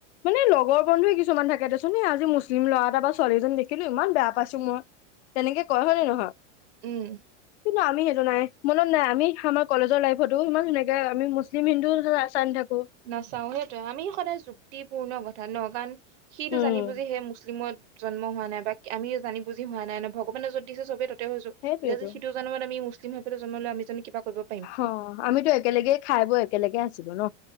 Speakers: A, on the left; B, on the right.
A: মানে লগৰ বন্ধুৱে কিছুমান থাকে দেছোন আজি মুছলিম ল'ৰা এটা বা ছোৱালীজনী দেখি কিন্তু ইমান বেয়া পাইছো মই তেনেকে কয় হয় নে নহয়
B: উম
A: কিন্তু আমি সেইটো নাই মনত নাই আমি আমাৰ কলেজৰ লাইফতো ইমান সেনেকে আমি মুছলিম হিন্দু চাই নাথাকোঁ
B: নাচাওঁ সেইটোে আমি সদায় যুক্তিপূৰ্ণ কথা ন কাৰণ সিটো
A: উম
B: জানি বুজিহে মুছলিম মত জন্ম হোৱা নাই বা আমি জানি বুজি হোৱা নাই ভগৱানে যত দিছে চবেই ততে হৈছো
A: সেইটোয়েতো
B: এতিয়া যদি সিটো জন্মত আমি সন্তান জন্ম দিলে আমি জানো কিবা কৰিব পাৰিম
A: অ আমিতো একেলগে খাই বৈ একেলগে আছোঁ বাৰু ন